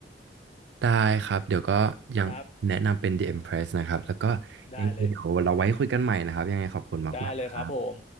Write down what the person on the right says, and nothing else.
ได้ครับเดี๋ยวก็ยังแนะนำเป็น
The Empress นะครับ แล้วก็ยังไงเดี๋ยวเราไว้คุยกันใหม่นะครับ
ยังไงขอบคุณมากๆ